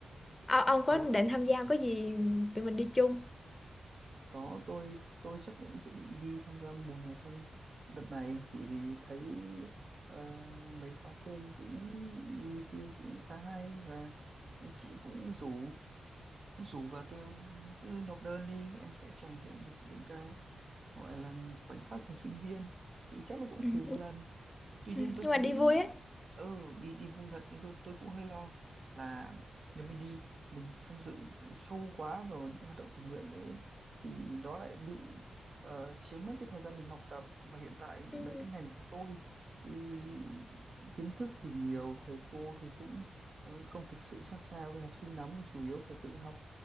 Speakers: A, on the left; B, on the right.
A: Ờ, ông
B: hay
A: có định tham gia không? có gì tụi mình đi chung
B: Có tôi tôi chắc cũng dự định đi tham gia mùa hè thanh đợt này thì vì thấy ờ, mấy khóa trên cũng review cũng khá hay và anh chị cũng rủ cũng rủ và kêu cứ nộp đơn đi em sẽ trải nghiệm được những cái gọi là khoảnh khắc thời sinh viên thì chắc là cũng
A: Ừ.
B: thử một lần tuy
A: ừ.
B: nhiên tôi
A: nhưng
B: thấy
A: mà đi vui ấy
B: ừ đi đi vui thật nhưng tôi tôi cũng hơi lo là nếu mình đi mình tham dự sâu quá vào những hoạt động tình nguyện đấy thì nó lại bị ờ, chiếm mất cái thời gian mình học tập mà hiện tại
A: ừ.
B: mấy cái ngành của tôi thì kiến thức thì nhiều thầy cô thì cũng ờ, không thực sự sát sao với học sinh lắm nên chủ yếu phải tự học